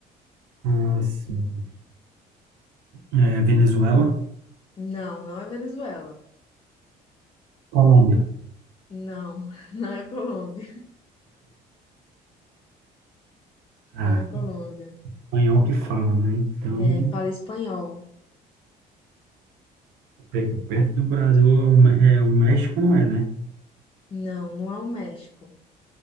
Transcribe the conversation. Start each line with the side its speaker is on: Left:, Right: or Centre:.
Right: ah, sim. É, Venezuela?
Left: Não, não é Venezuela.
Right: Colômbia.
Left: Não, <laughs> não é Colômbia.
Right: Ah,
Left: Não é Colômbia.
Right: espanhol que fala, né? Então,
Left: É, fala espanhol.
Right: pega perto do Brasil, o, Mé- é, o México não é, né?
Left: Não, não é o México.